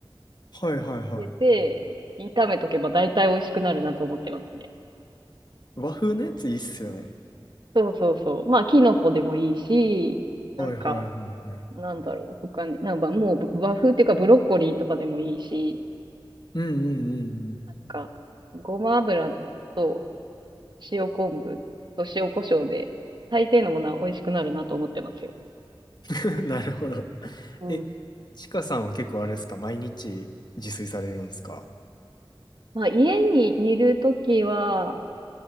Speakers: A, on the left (about 50°); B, on the right (about 55°).
A: はいはいは
B: 入れて炒めとけば大体美味しくなるなと思ってますね。
A: い。和風のやついいっすよね。
B: そうそうそう。まあ、キノコでもいいし、なんか、
A: はいはいはいはい。
B: なんだろう、他に、なんかもうぶ和風っていうかブロッコリーとかでもいいし、
A: うんうんうん
B: なんか、ごま油と塩昆布と塩コショウで、大抵のものは美味しくなるなと思ってますよ。
A: うん。<laughs> なるほど。
B: うん。
A: え、ちかさんは結構あれですか毎日自炊されるんですか
B: まあ、家にいるときは、